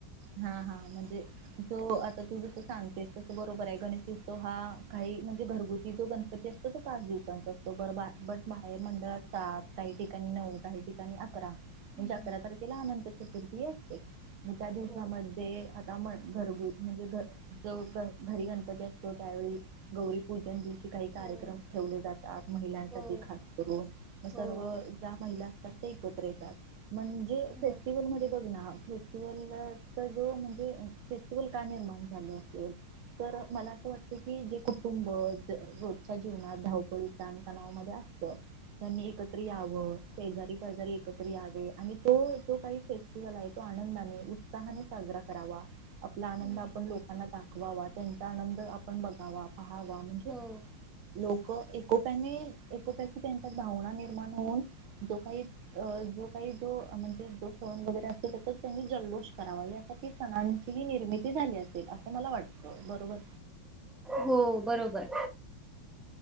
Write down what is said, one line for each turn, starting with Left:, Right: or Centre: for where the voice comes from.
Right: हा हा म्हणजे जो आता तू जसं सांगतेस तस बरोबर आहे गणेश ती तो हा काही म्ह घरगुती जो गणपती असतो तो पाच दिवसांचा असतो, बरं बाहे बट बाहेर मंडळात सात, काही ठिकाणी नऊ, काही ठिकाणी अकरा म्हणजे
Centre: हम्म.
Right: अकरा तारखेला आनंद चतुर्थी असते त्या दिवशी
Centre: हो
Right: ते आता म्हण घरगु म्हणजे घ जो घरी गणपती असतो त्यावेळी गौरीपूजन दिव ची काही कार्यक्रम
Centre: हो
Right: ठेवले जातात महिलांसाठी
Centre: हो
Right: खास करून म
Centre: हो
Right: सर्व ज्या महिला ते एकञ येतात. म्हणजे
Centre: हो
Right: फेस्टिवल मध्ये बघ ना. <unintelligible> ज म्हणजे फेस्टिवल का निर्माण झाले असेल तर मला असं वाटत की जे कुटुंब रोजच्या जीवनात धावपळी तान तणावामध्ये असत त्यांनी एकत्र यावं शेजारी पाजारी एकत्र यावे आणि तो जो काही फेस्टिवल आहे तो आनंदाने णे साजरा करावा. आपला आनंद
Centre: हम्म
Right: आपण लोकांना दाख वा वा त्यांचा आनंद आपण बघावा. हा वा म्हणजे
Centre: हो
Right: लोक. क एकोप्याने, एकोप्याची त्यांच्यात भावना निर्माण होऊन जो काही जो काही जो म्हणजे जो सण वगैरे असतो त्याच्यात त्यांनी जल्लोष करावा यासाठी सणांची ही निर्मिती झाली असेल असं मला वाटतं बरोबर.
Centre: हो बरोबर.